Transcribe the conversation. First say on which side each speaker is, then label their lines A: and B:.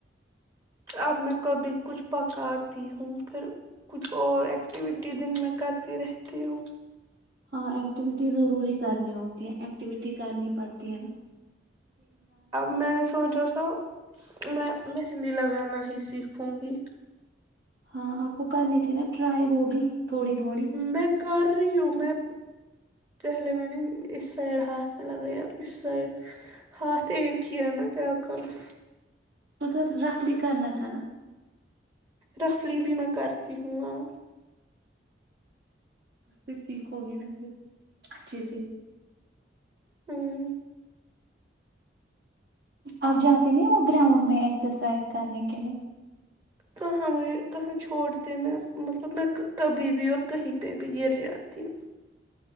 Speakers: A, on the right (about 25°); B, on the right (about 65°).
A: اب میں کبھی کچھ پکاتی ہوں پھر کچھ اور ایکٹیویٹی دن میں کرتی رہتی ہوں
B: ہاں ایکٹیوٹی ضروری کرنی ہو ایکٹیوٹی کرنی پڑتی ہے نہ
A: اب میں سوچا تھا میں مہندی لگانا ہی سیکھوں گی
B: ہاں آپ کو کرنی تھی نہ ٹرائی وہ بھی تھوڑی تھوڑی
A: میں کر رہی ہوں میں پہلے میں نے اس سائڈ ہاتھ میں لگیا اب قس سائڈ ہات ایک ہی ہینا کیا کرو
B: ادھر رفلی کرنا تھا نا
A: رفلی بھی میں کرتی ہوں آں
B: اس سے سیکھو گے نا پھر اچھے سے
A: ہممم
B: اب جاتے نہیں وہ گراؤنڈ میں ایکسرسائز کرنے کے لیے
A: کہاں مجھے کہاں چھوڑتے میں مطلب میں کبھی بھی اور کہیں پہ بھی گر جاتی ہوں